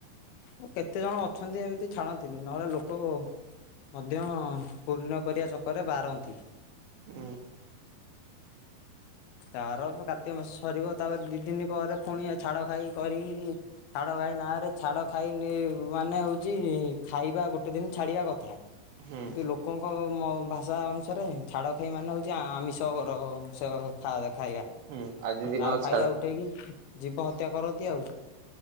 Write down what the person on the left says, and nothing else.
କେ କେତେ ଜଣ ଅଛନ୍ତି ଏମିତି ଛାଡ଼ନ୍ତିନି ନହେଲେ ଲୋକ ମଧ୍ୟ ପୂର୍ଣ୍ୟ କରିବା ଚକରେ ବାରନ୍ତି।
ତାର କାର୍ତିକ ମାସ ସରିବ ତାପରେ ଦି ଦିନି ପରେ ପୁଣି ଛାଡ ଖାଇ କରିକି ଛାଡ ଖାଇ ନାଁରେ ଛାଡ ଖାଇ ମାନେ ହଉଛି ଖାଇବା ଗୋଟେ ଦିନ ଛାଡିବା କଥା।
କିନ୍ତୁ ଲୋକଙ୍କ ମ ଭାଷା ଅନୁସାରେ ଛାଡ଼ଖାଇ ମାନେ ହଉଛି ଆମିଷ କର ସେ ଖା ଖାଇବା
ତାର
ଫାଇଦା ଉଠେଇ କିି ଜୀବ ହତ୍ୟା କରନ୍ତି ଆଉ।